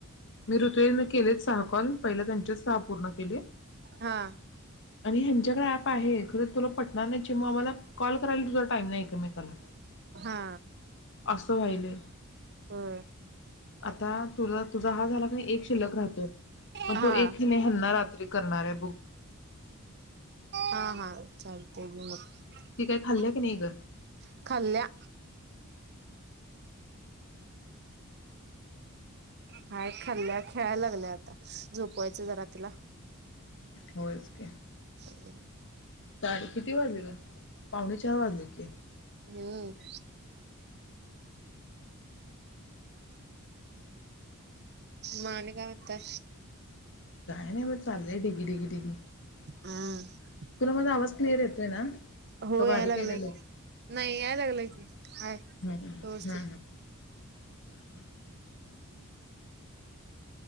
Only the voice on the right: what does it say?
हा
हा
होय
हा
हा हा चालते ग म
खाल्ल्या हाय, खाल्ल्या खेळायला लागल्या आता झोपवायच जरा तिला
<unintelligible>
हम् मग आणि काय म्हणताय?
हम्म
हो
याय
लागलंय
की नाही याय लागलंय की हाय
व्यवस्थित